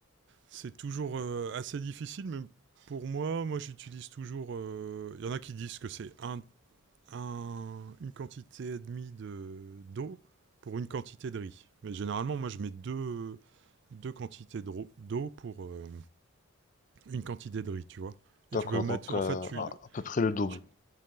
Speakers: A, on the right; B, on the left.
A: C'est toujours euh, assez difficile, mais pour moi, moi j'utilise toujours. euh, Il y en a qui disent que c'est un, un- une quantité et demie de- d'eau pour une quantité de riz. Mais généralement, moi je mets deux, deux quantités de ro- d'eau pour euh, une quantité de riz, tu vois.
B: d'accord,
A: Et tu peux mettre.
B: donc euh,
A: En fait, tu.
B: à, à peu près le double.
A: tu-